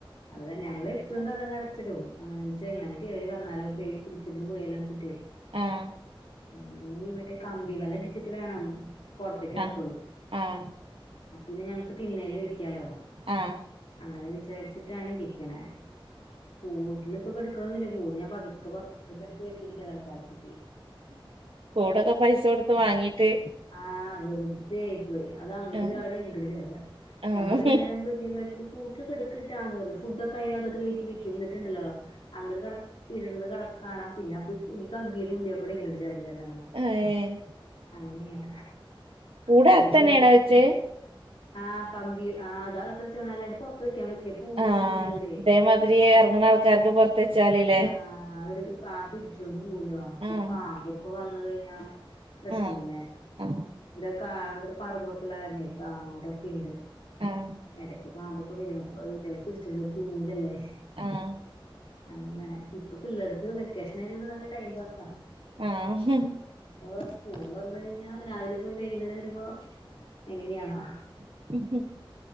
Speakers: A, on the left; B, on the right.
A: അത കാര ഞങ്ങള് എപ്പൊഴും കത കടച്ചിടും ങ്ങനെ ചെങ്ങാനുകേറി വന്നാലോകേറി പിടിച്ചിണ്ട് പോയാലോന്ന് വെച്ചിട്ടേ
B: ആഹ്
A: ഞ്ഞി മറ്റേ കമ്പി വലടിച്ചിട്ട് വേണം പൊറത്തേക്ക് എറക്കൊള്ളൂ
B: ആഹ് ആഹ്
A: അപ്പിന്നെ ഞങ്ങക്ക് തിണ്ണേല് വെക്കാലോ
B: ആഹ്
A: അങ്ങനെ വിചാരിച്ചിട്ടാണ് ഇരിക്ക് ണേ കൂട്ടിലിപ്പൊക്കെടുക്കണൊന്നില്ല കൂട് ഞാൻ പതുക്കെ പുറത്തേക്ക് ഇറക്കി വെച്ചിരിക്കാ തൽക്കാലത്തക്ക്
B: കൂടൊക്കെ പൈസ കൊടുത്ത് വാങ്ങീട്ട്
A: ആഹ് വെറുതെയായി പോയി അത് അങ്ങട്
B: ആഹ്
A: ചാട ഇങ്ങട് ചാടാ
B: ആഹ്
A: ഞങ്ങൾ വൈകുന്നേരം ആവുമ്പോഴ്ക്ക് തില് കൂട്ടില് കെടുക്കിട്ടാന്ന് പറയ് ഫുഡ് ഒക്കെ അതിനക് കയറ്റി വെക്കും എന്നിട്ടുണ്ടല്ലോ അങ്ങട് ഇരുന്ന് കെടക്കാനാ പിന്നെ അപ്പൊ ഈ കബീടെ ഉള്ളിക്കൂടെ ങ്ങട് ചാടി വരണ കാണാം
B: ഏഹ്
A: അങ്ങനെയാ
B: കൂടെ
A: വെറുതെ
B: അത്തന്നെയാണ്
A: ആയിപോയി
B: വെച്ച്
A: ആഹ് കമ്പി ആ അതകത്ത് വെച്ച <unintelligible> തോയ്ക്കാൻ പറ്റില്ല പൂച്ചേ
B: ആഹ്
A: ക്കിണ്ട് വടെ
B: ഇതേമാതിരി
A: അത്
B: ഇറങ്ങണ ആൾക്കാർക്ക് പുറത്ത് വെച്ചാലില്ലേ
A: ആട പ്രാ പിടിച്ചോണ്ട് പോവോലൊ
B: ആഹ്
A: പിന്നെ പാമ്പൊക്കെ വന്ന് കഴിഞ്ഞാ പ്രശ്നല്ലേ
B: ആഹ് ആഹ്
A: വിടെ കാ ഇവിടെ പറമ്പൊക്കെള്ള കാര്ണേ ആടൊക്കെ ണ്ട്
B: ആഹ്
A: എടക്ക് പാമ്പൊക്കെ വരും പിടിച്ചോണ്ട് പോകും കുഞ്ഞിതല്ലേ
B: ആഹ്
A: അങ്ങനെ ഇപ്പൊ പിള്ളേർക്ക് വെക്കേഷൻ ആയതോണ്ട് നല്ല ടൈം പാസ
B: ആ ഹ്
A: ഇപ്പൊ സ്കൂൾ തുറന്നഴിഞ്ഞാ രാവിലെ പോയി വൈകുന്നേരം വരുമ്പോ എങ്ങനെയാണോ
B: <unintelligible>